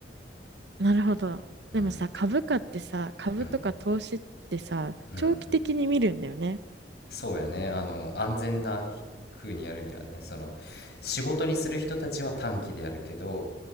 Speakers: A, on the right; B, on the left.
A: なるほど。
B: うん
A: でもさ、株価ってさ、株とか投資ってさ、
B: うんうん
A: 長期的に見るんだよね。
B: そうやねあの安全な風にやるにはねその仕事にする人たちは短期でやるけど、